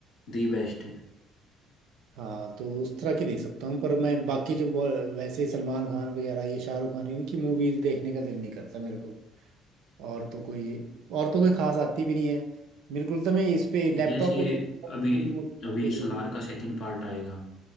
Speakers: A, on the left (about 50°); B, on the right (about 60°).
A: दी बेस्ट है
B: हाँ तो उस तरह की देख सकता हूँ पर मैं बाकी जो बॉल- वैसे सलमान खान वगैरह ये शाहरुख खान इनकी मूवीज देखने का दिल नहीं करता मेरे को और तो कोई और तो कोई खास आती भी नहीं है मेरे को तो मैं इस पे लैपटॉप
A: जैसे
B: पे देखता
A: अभी
B: हूँ छोटी मोटी
A: अभी
B: ये तो
A: सलार का सेकंड पार्ट आएगा